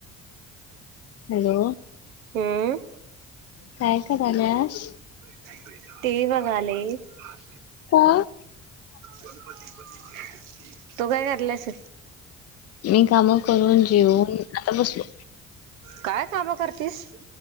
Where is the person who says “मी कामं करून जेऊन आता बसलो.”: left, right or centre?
Left